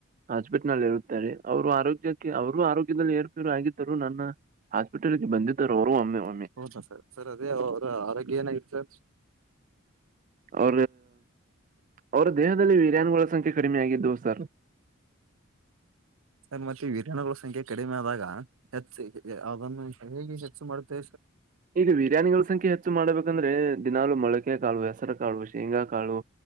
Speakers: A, on the right; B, on the right.
A: ಹಾಸ್ಪಿಟ್ ನಲ್ಲಿ ಇರುತ್ತಾರೆ ಅವರು ಆರೋಗ್ಯಕ್ಕೆ ಅವರು ಆರೋಗ್ಯ ಏರ್ಫರು ಆಗಿದ್ದರು ನನ್ನ ಹಾಸ್ಪಿಟಲ್ಗೆ ಬಂದಿದ್ದರು ಅವರು ಒಮ್ಮೆ ಒಮ್ಮೆ
B: ಹೌದಾ ಸರ್ ಸರ್ ಅದೇ ಅವ್ರ ಆರೋಗ್ಯ ಏನಾಗಿತ್ತು ಸರ್
A: ಅವ ಅವ ದೇಹ ವಿರಾನುಗಳ ಸಂಖ್ಯೆ ಕಡಿಮೆ ಆಗಿದ್ದವು ಸರ್
B: ಸರ್ ಮತ್ತೆ ವಿರಾನುಗಳ ಸಂಖ್ಯೆ ಕಡಿಮೆ ಆದಾಗ ಹೆಚ್ಚು ಅದನ್ನು ಹೆಚ್ಚು ಮಾಡುತ್ತೆ
A: ಈಗ ಬಿರಿಯಾನಿಗಳ ಸಂಖ್ಯೆ ಹೆಚ್ಚು ಮಾಡ್ಬೇಕಂದ್ರೆ ದಿನಾಲು ಮೊಳಕೆ ಕಾವು ಹೆಸರು ಕಾಳು ಶೇಂಗಾ ಕಾಳು